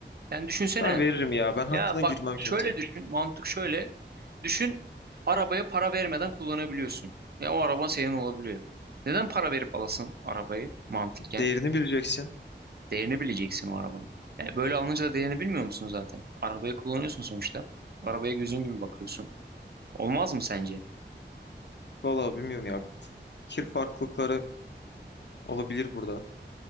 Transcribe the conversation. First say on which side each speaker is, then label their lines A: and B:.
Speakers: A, on the right; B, on the left.
A: Yani düşünsene.
B: Ben veririm ya. Ben hakkına
A: Ya
B: girmem
A: bak şöyle
B: kimsenin.
A: düşün. Mantık şöyle. Düşün arabaya para vermeden kullanabiliyorsun. Ya o araba senin olabiliyor. Neden para verip alasın arabayı mantıken?
B: Değerini bileceksin.
A: Değerini bileceksin o arabanın. E, böyle alınca da değerini bilmiyor musun zaten? Arabayı kullanıyorsun sonuçta. Arabaya gözün gibi bakıyorsun. Olmaz mı sence?
B: Vallahi bilmiyorum ya. Fikir farklılıkları olabilir burada.